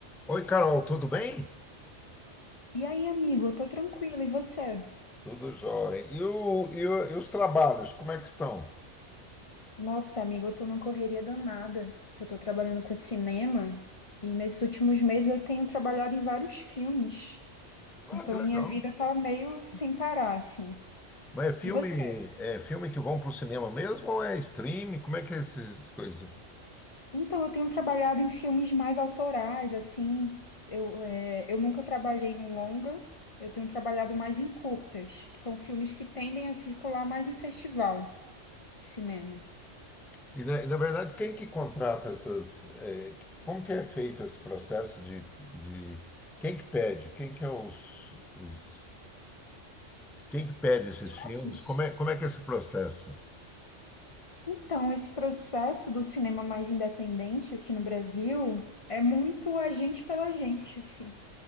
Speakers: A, in the centre; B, on the left (about 30°).
A: Oi, Carol, tudo bem?
B: E aí, amigo, eu tô tranquila, e você?
A: Tudo jóia. E, o- e o- e os trabalhos, como é que estão?
B: Nossa, amigo, eu tô numa correria danada, que eu tô trabalhando com cinema, e nesses últimos meses eu tenho trabalhado em vários filmes, então
A: Ah, que
B: minha
A: legal.
B: vida tá meio sem parar, assim.
A: Mas é filme,
B: E você?
A: é filme que vão para o cinema mesmo ou é streaming? Como é que é essas coisas?
B: Então, eu tenho trabalhado em filmes mais autorais, assim, eu, é, eu nunca trabalhei no longa, eu tenho trabalhado mais em curtas, que são filmes que tendem a circular mais em festival de cinema.
A: E na, e, na verdade, quem que contrata essas. é, como que é feito esse processo de, de- Quem que pede? Quem que é os, os- Quem que pede esses filmes?
B: Afins.
A: Como é, como é que é esse processo?
B: Então, esse processo do cinema mais independente aqui no Brasil é muito a gente pela gente, <laughs> assim.